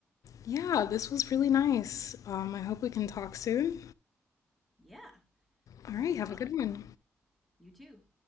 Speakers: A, on the left; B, in the centre.
A: Yeah, this was really nice. Um, I hope we can talk soon.
B: Yeah,
A: All
B: it'll
A: right,
B: be
A: have
B: fun.
A: a good one.
B: You too.